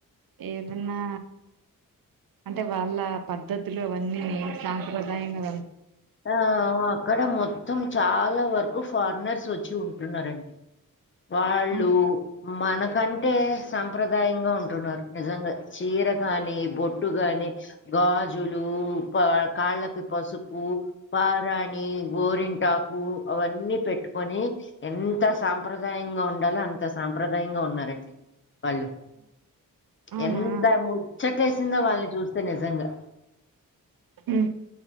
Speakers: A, on the right; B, on the left.
A: ఏదన్నా అంటే వాళ్ళ పద్ధతులు అవన్నీ సాంప్రదయంగా
B: రా ఆక్కడ మొత్త మొత్తం చాలా వరకు ఫారినర్స్ వచ్చి ఉంటున్నారండి వాళ్ళు
A: ఉ
B: మనకంటే సాంప్రదాయంగా ఉంటున్నారు నిజంగా చీర కాని బొట్టు కాని గాజులు లు కాళ్ళకి పసుపు పారానీ నీ గోరింటాకు అవన్నీ పెట్టుకొని ఎంత సంప్ర సాంప్రదాయంగా ఉండాలో అంత సాంప్రదాయంగా ఉన్నారండి వాళ్ళు
A: అవునా
B: ఎంత ముచ్చట ఏసిందో వాళ్ళని చూస్తే నిజంగా
A: హు